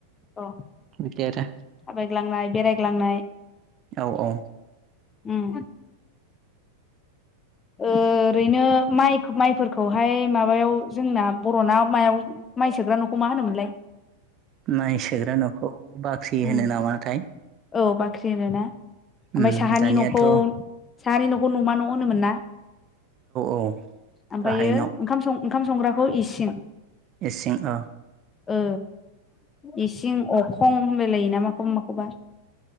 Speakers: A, on the left; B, on the right.
A: अ
B: बिदि आरो
A: थाबायग्लांनाय बेरायग्लांनाय
B: औ औ
A: उम ओ ओरैनो माय माइफोरखौहाय माबायाव जोंना बर'ना मायाव माइ सोग्रा न'खौ मा होनोमोनलाय
B: नायसोग्रा न'खौ बाख्रि
A: उम
B: होनो नामाथाय
A: औ बाख्रि होनोना
B: उम
A: ओमफ्राय साहानि
B: दानियाथ'
A: न'खौ
B: औ
A: साहानि न'खौ न'मा न' होनोमोन ना
B: औ
A: ओमफायो
B: गाहाय न'
A: ओंखाम सं ओंखाम संग्राखौ इसिं
B: इसिं ओ
A: ओ इसिं अख खं होनलायलायोना माखौबा माखौबा?